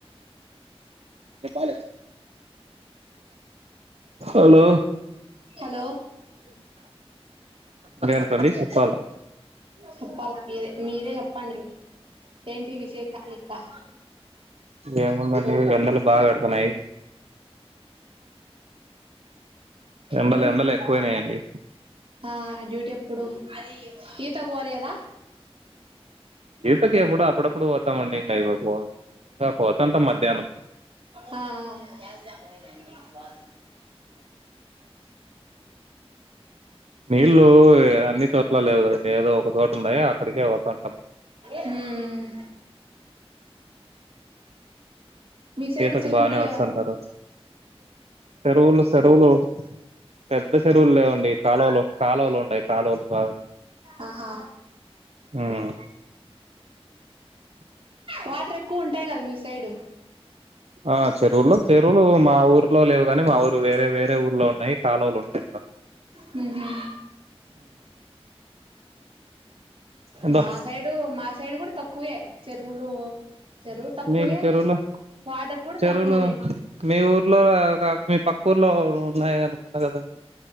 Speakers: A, on the right; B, on the right.
A: ాల హలో
B: హలో
A: ఇంకేంటి అండి సోప్పాలా
B: సోప్పాలా మీరే మీరే చెప్పండి ఏంటి విశేషాలు ఇకా
A: ఏముందండి ఎండలు బాగా పెడుతున్నాయి ఎండలు
B: డ్యూటీ
A: ఎండలు
B: ఇప్పుడేనా
A: ఎక్కువైనాయండి
B: ఆ డ్యూటీ ఎప్పుడూ ఈతకు పోలేదా
A: ఇతకి ఎప్పుడో అప్పుడప్పుడు పోతామండి ఇకా పోతుంటాం మధ్యాహ్నం
B: ఆ
A: నీళ్ళు అన్ని చోట్ల లేవు కదండి ఏదో ఒక చోట ఉన్నాయి అక్కడికే పోతవుంటాం
B: హ్మ్ మీ సైడ్
A: ఈతకు
B: చెరువులు
A: బానే
B: లేవా
A: వస్తుంటారు
B: అండి
A: చెరువులు సేరువులు పెద్ద సేరువులు లేవండి కాలువలు కాలువలు ఉండాయి కాలువలు బాగా
B: ఆహా
A: ఉమ్
B: వాటర్ ఎక్కువ ఉంటాయి కదా మీ సైడు
A: ఆ చెరువుల్లో చెరువులు మా ఊర్లో లేవు కాని మా ఊరు వేరే వేరే ఊర్లో ఉన్నాయి కాలువలు ఉన్నాయి
B: హ్మ్ హు
A: ఎందో
B: మా సైడు మా సైడు కూడా తక్కువే చెరువులు చెరువు తక్కువే
A: మీకు చెరువులు
B: వాటర్ కూడా
A: చెరువులు
B: తక్కువేలెండి
A: మీ ఊర్లో గాక మీ పక్క ఊర్లో ఉన్నాయి అన్నారు కదా